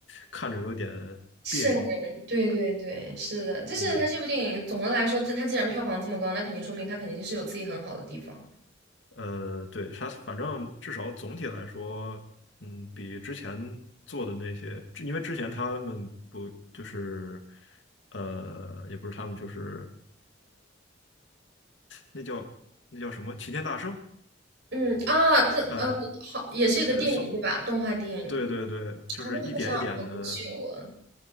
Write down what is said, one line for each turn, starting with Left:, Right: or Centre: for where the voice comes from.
Left: 看着有点别扭。
Right: 瘆人。对对对，是的，就是他这部电影总的来说，
Left: 嗯，
Right: 这他既然票房这么高，那肯定说明他肯定是有自己很好的地方。
Left: 呃，对，啥，反正至少总体来说，嗯，比之前做的那些，之因为之前他们不就是，呃，也不是他们，就是那叫那叫什么齐天大圣，
Right: 嗯啊，这呃，
Left: 呃，
Right: 好，也是一个电影对吧？
Left: 是算，
Right: 动画电影
Left: 对对对，就是一点一点的，
Right: 啊，那好像很久了。